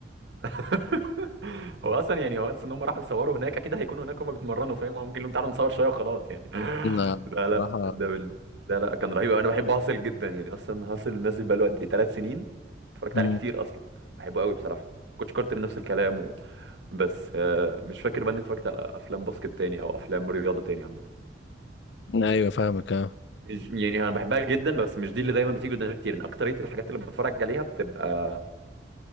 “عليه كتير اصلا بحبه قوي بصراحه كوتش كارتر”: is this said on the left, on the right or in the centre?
Right